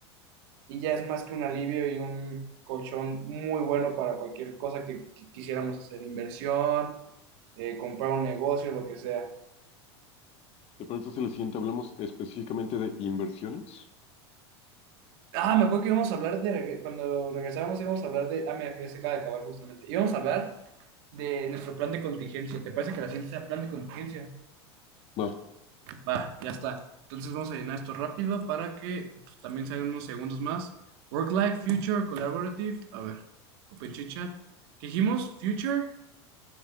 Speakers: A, on the right; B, on the left.
A: Y ya es más que un alivio y un colchón muy bueno para cualquier cosa que, qui- quisiéramos hacer, inversión, eh, comprar un negocio, lo que sea.
B: ¿Te parece si en el siguiente hablamos específicamente de inversiones?
A: Ah, me acuerdo que íbamos a hablar de, reg- cuando regresábamos íbamos a hablar de, ah, mira, ya se acaba de acabar justamente. Íbamos a hablar de nuestro plan de contingencia. ¿Te parece que la ciencia sea plan de contingencia?
B: Va.
A: Va, ya está. Entonces vamos a llenar esto rápido para que pues, también se hagan unos segundos más. Work Life, Future, Collaborative. A ver, Open Chit Chat. ¿Qué dijimos? Future.